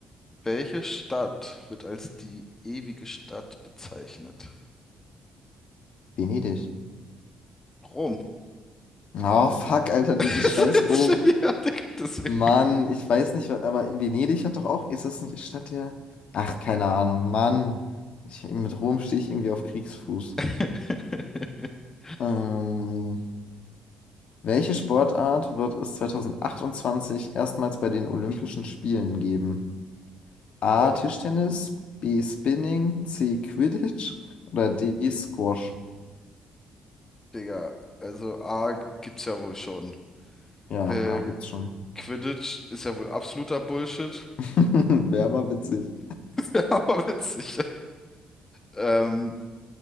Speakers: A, on the left; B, on the left.
A: Welche Stadt wird als die ewige Stadt bezeichnet?
B: Venedig.
A: Rom.
B: Oh, fuck, Alter, dieses
A: <laughs>
B: scheiß Rom.
A: Ja, Digga, deswegen.
B: Mann, ich weiß nicht, aber Venedig hat doch auch, ist das nicht Stadt der... Ach, keine Ahnung, Mann. Ich, mit Rom stehe ich irgendwie auf Kriegsfuß.
A: <laughs>
B: Ähm, welche Sportart wird es 2028 erstmals bei den Olympischen Spielen geben? A.
A: Boah,
B: Tischtennis, B. Spinning, C. Quidditch oder D. Squash.
A: Digga, also A gibt's ja wohl schon.
B: Ja,
A: Äh,
B: A gibt's schon.
A: Quidditch ist ja wohl absoluter Bullshit,
B: <laughs> Wäre aber witzig.
A: <laughs> aber witzig. Ähm,